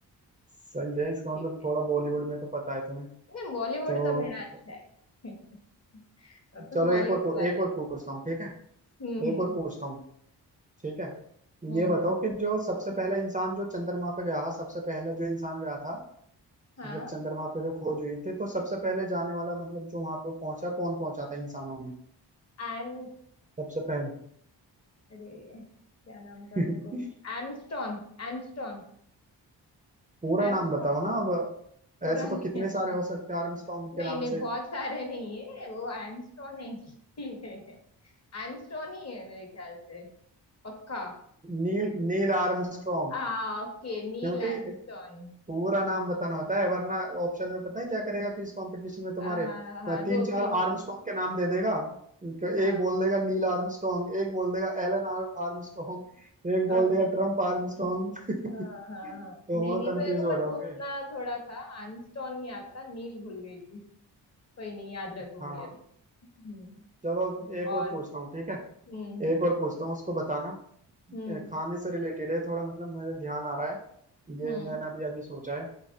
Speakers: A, on the right; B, on the left.
A: सही है इसका
B: ठीक
A: मतलब
B: है
A: थोड़ा बॉलीवुड में तो पता है तुम्हें
B: नहीं बॉलीवुड
A: तो
B: तो मेरा अच्छा है <laughs> अपन
A: चलो
B: बॉलीवुड
A: एक और पू-
B: वाले
A: एक और पूछता हूँ ठीक है
B: हम्म
A: एक
B: हम्म
A: और पूछता हूँ ठीक है
B: हम्म
A: ये
B: हम्म,
A: बताओ कि जो सबसे पहला इंसान जो चंद्रमा पे गया था सबसे पहले जो इंसान गया था
B: हाँ
A: मतलब चंद्रमा पे जो खोज हुई थी तो सबसे पहले जाने वाला मतलब जो वहां पे पहुंचा कौन पहुंचा था इंसानों में
B: एम
A: सबसे पहले
B: अरे क्या नाम था
A: <laughs>
B: उसको एमस्टोन एमस्टोन
A: पूरा
B: एमस्ट्रॉन
A: नाम बताओ ना अब
B: पूरा
A: ऐसे तो
B: नहीं
A: कितने
B: है
A: सारे हो सकते हैं आर्मस्ट्रॉन्ग के
B: नहीं
A: नाम
B: नहीं
A: से
B: बहुत सारे नहीं है वो एमस्ट्रॉन एक ही है एमस्ट्रॉन ही है मेरे ख्याल से पक्का
A: नील नील आर्मस्ट्रॉन्ग
B: आ ओके नील
A: क्योंकि
B: एमस्ट्रॉन
A: पूरा नाम बताना होता है वरना ऑप्शन में पता है क्या करेगा कि इस कंपटीशन में तुम्हारे
B: आ, <laughs>
A: तीन
B: दो
A: चार
B: तीन
A: आर्मस्ट्रांग
B: ऑप्शन
A: के नाम दे देगा तो
B: हाँ
A: एक बोल देगा नील आर्मस्ट्रांग एक बोल देगा एलन आर, आर्मस्ट्रांग एक बोल
B: अ, हाँ
A: देगा ट्रम्प आर्मस्ट्रांग
B: हाँ। हाँ।
A: <laughs> तो
B: नहीं
A: वहाँ
B: नहीं
A: कंफ्यूज
B: मेरे को
A: हो
B: बस
A: जाओगे
B: वो उतना थोड़ा था एमस्ट्रॉन नहीं आता नील भूल गई थी कोई नहीं याद रखूंगी
A: हाँ
B: अभी हम्म
A: चलो एक
B: और
A: और पूछता हूँ ठीक है
B: हम्म हम्म
A: एक और पूछता हूँ उसको बताना
B: हम्म
A: ए, खाने से रिलेटेड है थोड़ा मतलब मेरे ध्यान आ रहा है ये
B: हम्म।
A: मैंने अभी अभी सोचा है